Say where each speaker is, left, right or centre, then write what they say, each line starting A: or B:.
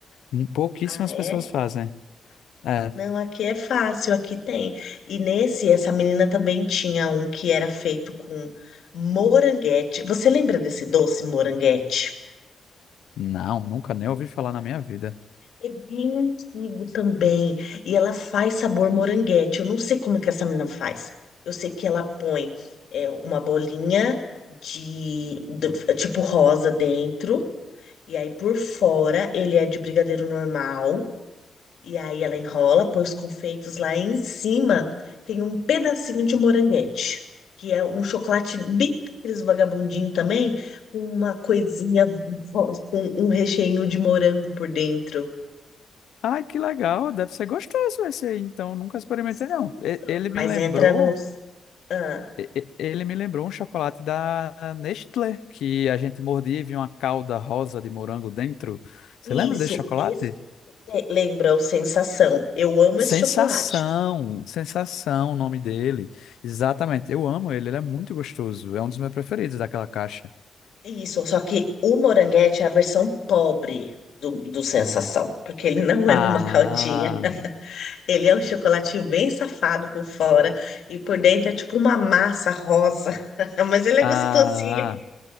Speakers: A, on the left; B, on the left.
A: Hum, Pouquíssimas
B: Ah, é?
A: pessoas fazem. É,
B: Não, aqui é fácil, aqui tem. E nesse, essa menina também tinha um que era feito com moranguete. Você lembra desse doce moranguete?
A: não, nunca nem ouvi falar na minha vida.
B: É bem antigo também. E ela faz sabor moranguete. Eu não sei como que essa menina faz. Eu sei que ela põe é, uma bolinha de, de- tipo rosa dentro. E aí por fora ele é de brigadeiro normal. E aí ela enrola, põe os confeitos lá e em cima, tem um pedacinho de moranguete, que é um chocolate bem daqueles vagabundinho também, com uma coisinha, <laughs> com um recheio de morango por dentro.
A: Ai, que legal, deve ser gostoso esse aí, então nunca experimentei
B: Gostoso.
A: não. E- Ele
B: Mas
A: me lembrou
B: entra nos... Ah,
A: E- e- Ele me lembrou um chocolate da Nestlé, que a gente mordia e vinha uma calda rosa de morango dentro. Você
B: isso,
A: lembra desse chocolate?
B: esse lembra o Sensação. Eu amo esse
A: Sensação,
B: chocolate.
A: Sensação, o nome dele. Exatamente, eu amo ele, ele é muito gostoso. É um dos meus preferidos daquela caixa.
B: Isso, só que o moranguete é a versão pobre do, do Sensação, porque ele não
A: Ah,
B: é uma <laughs> caldinha. Ele é um chocolatinho bem safado por fora e por dentro é tipo uma massa rosa. <laughs> Mas ele
A: ah,
B: é gostosinho.
A: ah,